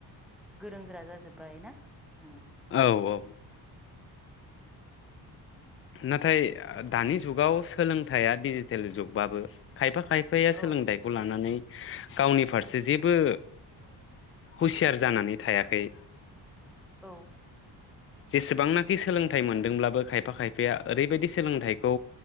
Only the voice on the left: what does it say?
औ औ। नाथाय दानि जुगाव सोलोंथाइया डिजिटेल जुगबाबो खायफा खाय खायफाया
सोलोंथाइखौ लानानै गावनि फारसे जेबो हुसियार ओ जानानै थायाखै।
जेसेबांनाखि सोलोंथाइ मोनदोंब्लाबो खायफा खायफाया ओरैबायदि सोलोंथाइखौ